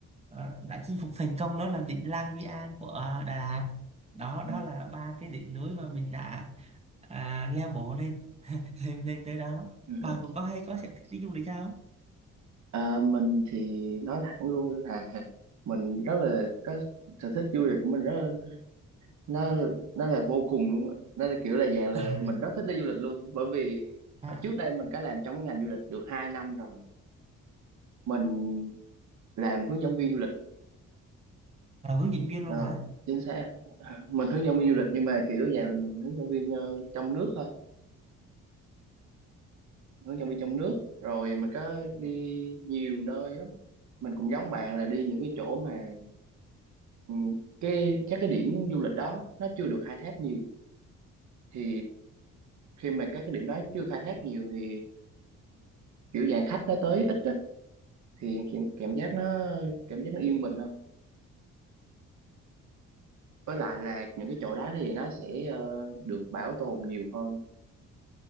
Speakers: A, on the right (about 20°); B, on the right (about 70°).
A: ờ, đã chinh phục thành công đó là đỉnh Lang Biang An của ờ, Đà Lạt đó
B: ừ,
A: đó là ba cái đỉnh núi mà mình đã à, leo bộ lên lên lên tới đó
B: ừ.
A: bà
B: ừ.
A: cũng có hay có sở thích đi du lịch không
B: À, mình thì nói thẳng luôn là <laughs> mình rất là có sở thích du lịch của mình rất nó nó là vô cùng luôn á nó là kiểu là dạng
A: <laughs>
B: là mình rất thích đi du lịch luôn bởi vì
A: à,
B: ở trước đây mình có làm trong cái ngành du lịch được 2 năm rồi mình làm hướng dẫn viên du lịch
A: là hướng dẫn viên
B: Ờ,
A: luôn hả
B: chính xác <laughs> mình hướng dẫn
A: ờ,
B: viên du lịch nhưng mà kiểu dạng là mình hướng dẫn viên ờ, trong nước thôi hướng dẫn viên trong nước rồi mình có đi nhiều nơi lắm mình cũng giống bạn là đi những cái chỗ mà ừ, cái các cái điểm du lịch đó nó chưa được khai thác nhiều thì khi mà các cái điểm đó chưa khai thác nhiều thì kiểu dạng khách nó tới ít á thì cảm, cảm giác nó cảm giác nó yên bình hơn với lại là những cái chỗ đó thì nó sẽ ờ, được bảo tồn nhiều hơn